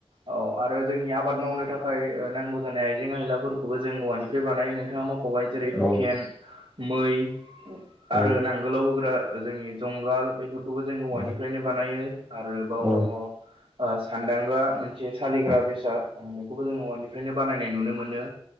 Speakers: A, on the right; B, in the centre.
A: औ आरो जोंनिया आबाद मावनो थाखाय ओ नांगौ जानाय आइजें आइलाफोरखौबो जों औवानिफ्राय बानायो नोंथाङा मख'बाय जेरै हुकेन
B: औ
A: मै आरो
B: औ
A: नांगोलाव होग्रा जोंनि जुंगाल बेफोरखौबो जोङो औवानिफ्रायनो
B: औ
A: बानायो। आरो बाव
B: औ
A: दङ ओ सानदांगा मोन जे सालिग्रा
B: औ
A: बेसाद बेखौबो जों न'निफ्रायनो बानायनाय नुनो मोनो।